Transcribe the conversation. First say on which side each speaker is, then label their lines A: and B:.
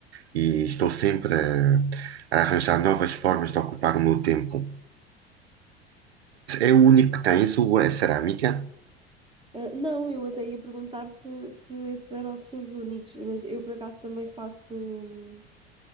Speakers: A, on the right; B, on the right.
A: e estou sempre a, a arranjar novas formas de ocupar o meu tempo. É o único que tens, o, a cerâmica.
B: Ah, não, eu até ia perguntar se, se esses eram os seus únicos, mas eu por acaso também faço hum,